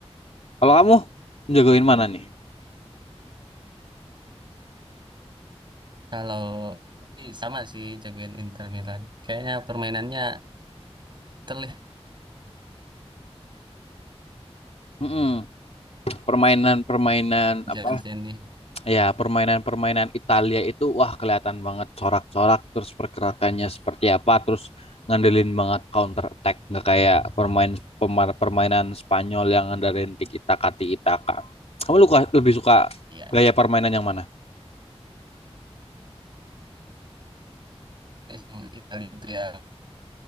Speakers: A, on the left (about 75°); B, on the right (about 45°).
A: Kalau kamu menjagoin mana nih?
B: Kalau tapi sama sih jagoin Inter Milan. Kayaknya permainannya terlihat
A: Mm-mm. Permainan-permainan apa
B: Jansen nih.
A: Ya, permainan-permainan Italia itu wah kelihatan banget corak-corak terus pergerakannya seperti apa terus ngandelin banget counter attack nggak kayak permain pemar- permainan Spanyol yang ngandelin tiki taka tiki taka. Kamu luka, lebih suka
B: Iya
A: gaya
B: iya.
A: permainan yang mana?
B: Yang Italia itu ya